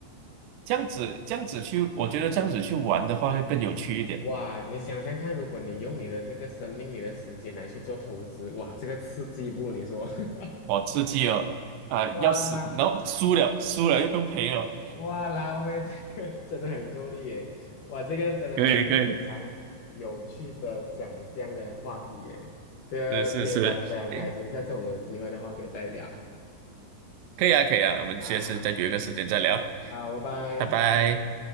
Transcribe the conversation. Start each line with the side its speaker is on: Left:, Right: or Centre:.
Right: 这样子这样子去，我觉得这样子去玩的话会更有趣一点，
Left: 哇！你想想看，如果你用你的这个生命、你的时间来去做投资，哇，这个刺激不？你说？<laughs>
Right: 我刺激哦。啊、
Left: 哇啦！
Right: 要死，然后输了，输了又不用赔了。
Left: 哇拉菲这个 <laughs> 真的很够力耶！哇，这个真的是一个非常有趣的想象的话题耶。
Right: 可以可以，
Left: 这个今天聊得非常开心，
Right: 是是是，诶
Left: 下次我们有机会的话可以再聊。
Right: 可以啊可以啊，我们下次再约个时间再聊，
Left: 好好，好，拜拜。
Right: 拜拜。